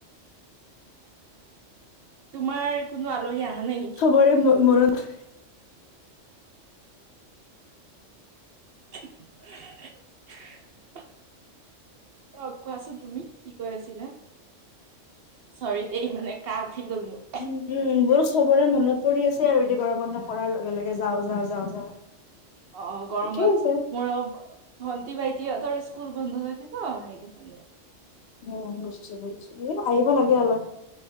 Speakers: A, on the right (about 60°); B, on the left (about 65°).
A: তোমাৰ, কোনো আলহী অহা নাই নেকি?
B: পৰে মোৰ মনত। বাত
A: <unintelligible> অ', কোৱাচোন তুমি, কি কৈ আছিলা? চৰি দেই মানে, কাহ উঠি গ'ল মোৰ।
B: উম, উম, মোৰো চবৰে মনত পৰি আছে আৰু, এতিয়া গৰম বন্ধ পৰাৰ লগে লগে যাওঁ যাওঁ যাওঁ।
A: অ অ গৰমত
B: ঠিকেই আছে
A: মোৰ অলপ <inaudible> ভন্টী ভাইটিহতৰ স্কুল বন্ধ থাকে ন সেই বিষয় লৈ
B: অ বুজিছো বুজিছো এ আহিব লাগে অলপ